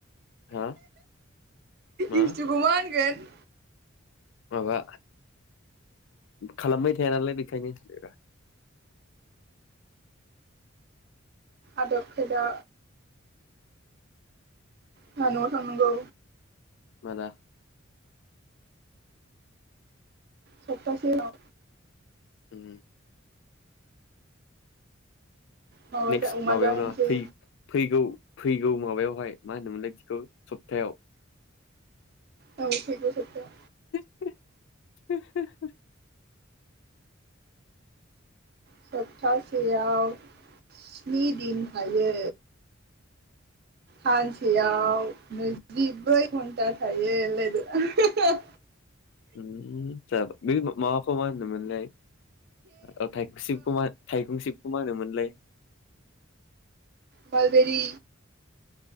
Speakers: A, on the left; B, on the right.
A: हा मा
B: इउसटुखौ मा होनगोन?
A: माबा खालामबाय थाया नालाय बेखायनो रा
B: आदब खायदा आंहा न'आव थांनांगौ
A: माला?
B: सप्तासे उनाव
A: उ
B: माबा
A: नेक्स्ट
B: अमा
A: माबायावनो
B: जाहैनोसै
A: फै फैगौ फैगौ माबायावहाय मा होनोमोनलाय बिखौ सप्थायाव।
B: औ फैगौ सप्थायाव
A: <unintelligible>
B: सप्तासेयाव स्नि दिन थायो। सानसेयाव
A: ए
B: नै जिब्रै खन्था थायो लोगो।
A: <unintelligible> माबाखौ मा होनोमोनलाय ओ थाइकसिबखौ मा थाइकंसिब खौ मा होनोमोनलाय।
B: बालबेरि